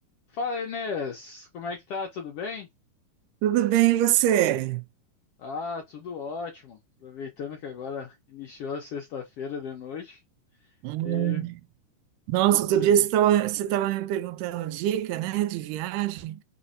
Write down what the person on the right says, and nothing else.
Tudo bem, e você?
Hum.
Nossa,
outro dia
você estava você estava me perguntando dica, né, de viagem.